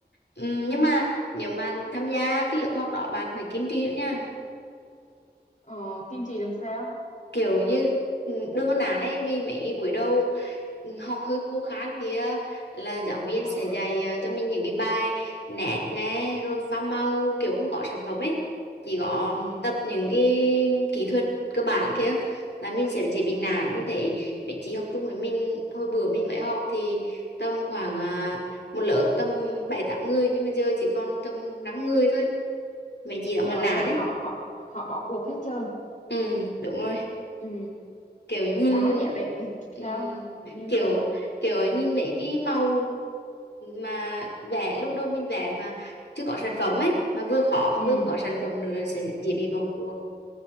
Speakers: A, on the left; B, on the left.
A: ừ, nhưng
B: Ừ.
A: mà nếu mà tham gia cái lớp học đó bạn phải kiên trì nữa nha
B: Ờ kiên trì làm sao?
A: kiểu như ừ, đừng có nản ấy vì mấy buổi đầu ừ, học hơi khô khan kia là giáo viên
B: À
A: sẽ dạy ờ, cho mình những cái bài nét nè rồi pha màu kiểu không có sản phẩm ấy chỉ có
B: ừ
A: tập những cái kỹ thuật cơ bản kia là mình sẽ dễ bị
B: ừ.
A: nản mình thấy mấy chị học chung với mình hồi bữa mình mới học thì tầm khoảng à, một lớp tầm bảy tám người nhưng mà giờ chỉ còn tầm 5 người thôi mấy chị đó
B: Trời
A: ngăn
B: ơi
A: nản
B: vậy là
A: ấy
B: họ họ họ bỏ cuộc hết trơn.
A: ừ đúng rồi
B: Ừ.
A: kiểu nhìn
B: đó dạo này
A: ừm,
B: sao kiểu như
A: kiểu
B: sao
A: kiểu nhìn mấy cái màu mà vẽ lúc đầu mình vẽ mà chưa có sản phẩm ấy mà vừa khó mà
B: ừ
A: vừa không có sản phẩm nữa sẽ dễ bị bỏ cuộc